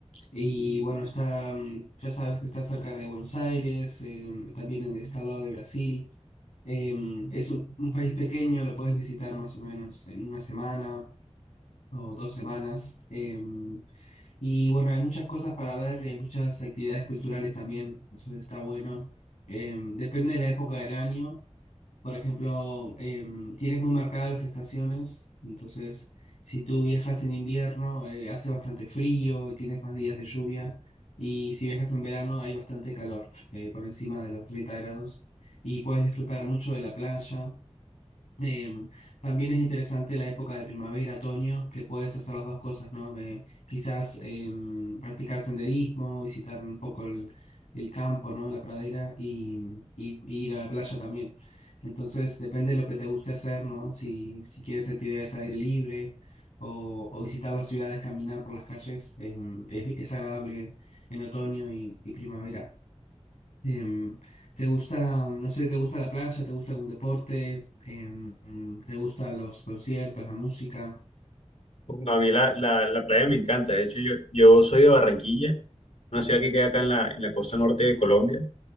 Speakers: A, on the left; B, on the left.
A: y bueno, está, mm, ya sabes que está cerca de Buenos Aires, eh, también está al lado de Brasil. Eh, es un, un país pequeño, lo puedes visitar más o menos en una semana o dos semanas. Em, y bueno, hay muchas cosas para ver y hay muchas actividades culturales también, entonces está bueno. Em, depende de la época del año. Por ejemplo, em, tienes muy marcadas las estaciones, entonces si tú viajas en invierno, eh, hace bastante frío y tienes más días de lluvia. Y si viajas en verano, hay bastante calor, eh, por encima de los 30 grados. Y puedes disfrutar mucho de la playa. Em, también es interesante la época de primavera, otoño, que puedes hacer las dos cosas, ¿no? Eh, quizás em, practicar senderismo, visitar un poco el, el campo, ¿no? La pradera y, y- y ir a la playa también. Entonces, depende de lo que te guste hacer, ¿no? Si, si quieres actividades al aire libre o, o visitar las ciudades, caminar por las calles, em, es, es agradable en otoño y, y primavera. Em, ¿te gusta, no sé, te gusta la playa, te gusta algún deporte, Em, te gusta los conciertos, la música?
B: No, a mí la, la, la playa me encanta. De hecho, yo, yo soy de Barranquilla, una ciudad que queda acá en la, en la costa norte de Colombia.